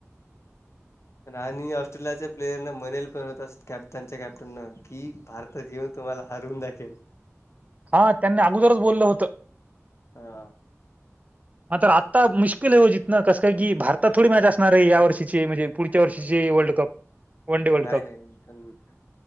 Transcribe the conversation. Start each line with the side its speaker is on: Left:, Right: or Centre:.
Left: आणि ऑस्ट्रेलियाच्या प्लेयर न म्हनेल पण होता कॅप्टनच्या कॅप्टन न की भारत तरी येेऊन तुम्हाला हरून दाखेल.
Right: हा त्यांनी अगोदरच बोललं होतं.
Left: हा.
Right: मात्र आत्ता मुश्किल आहे हो जीतन कसंय की भारतात थोडी मॅच असणार आहे या वर्षीचे म्हणजे पुढच्या वर्षीचे world cup one day world
Left: नाही
Right: कप
Left: नाही पण